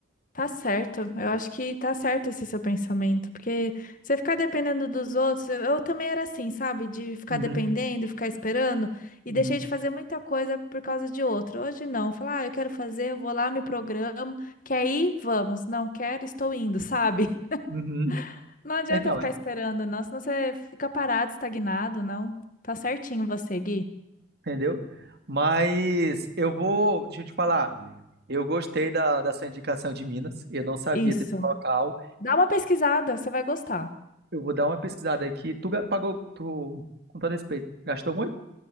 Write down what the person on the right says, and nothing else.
Uhum,
uhum.
Uhum.
Então,
entendeu? Mas eu vou, deixa eu te falar, eu gostei da, da sua indicação de Minas, eu não sabia
desse local,
eu vou dar uma pesquisada aqui. Tu ga- pagou, tu, com todo respeito, gastou muito